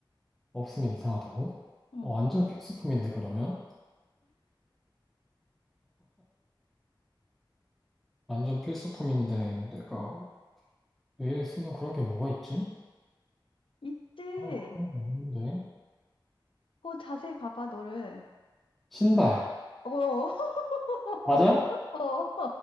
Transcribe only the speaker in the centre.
없으면 이상하다고?
어, 완전 필수품인데 그러면? 완전 필수품인데 내가 매일 쓰는 그런 게 뭐가 있지?
아, 그런 게 없는데.
신발.
맞아?